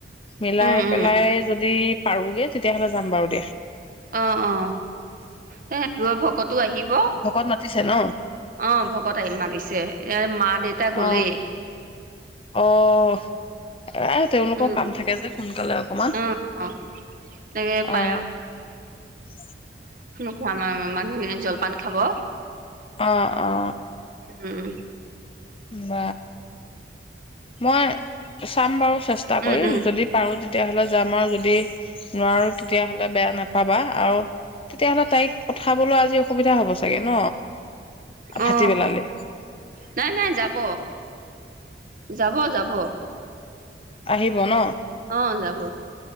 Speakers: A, on the left (about 30°); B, on the right (about 50°).
A: মিলাই
B: উম উম
A: পেলাই যদি। পাৰোগে তেতিয়াহ'লে যাম বাৰু দিয়া।
B: অ অ সেইটোৱ ভকত তটো আহিব
A: ভকত মাতিছে ন
B: অ ভকত আহি মাতিছে মা দেউতা গলেই।
A: অ অ' এ তেওঁলোকৰ
B: উম
A: কাম থাকে যে সোনকালে অকমান
B: উম অ তাকে পায়স
A: আহ।
B: আমাৰ মা-মানুহখনে জলপান খাব।
A: অ, অ
B: উম
A: ব মই চাম বাৰু চেষ্টা
B: উম
A: কৰি
B: উম
A: যদি পাৰো তেতিয়াাহ'লে যাম আৰু যদি নোৱাৰো তেতিয়াাহ'লে বেয়া নাপাবা। আৰু তেতিয়াহ'লে তাইক পঠাবলৈ আজি অসুবিধা হ'ব চাগে ন
B: অ
A: ভাটিপেলালে।
B: নাই নাই যাব, যাব যাব।
A: আহিব ন
B: অ যাব